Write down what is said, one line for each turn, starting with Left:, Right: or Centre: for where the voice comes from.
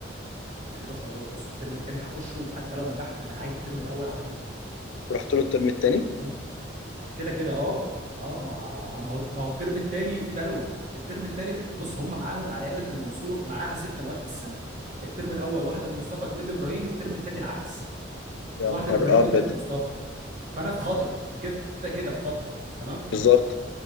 Right: انا كده خلاص الترم الثاني هخشه وحتى لو نجحت انا هعيد الترم الاول على ثلاث مواد
Left: رحت له الترم التاني
Right: قمت كده كده اه اه ما ه- ما ما هو ما هو الترم الثاني في بلوى الترم الثاني بص هم معاهم عائله المنصور معاها ست مواد في السنه الترم الاول واحده لمصطفى اتنين لابراهيم الترم الثاني العكس
Left: يا
Right: واحده
Left: نهار
Right: لابراهيم
Left: ابيض
Right: واتنين لمصطفى فانا في خطر كده كده في خطر تمام
Left: بالظبط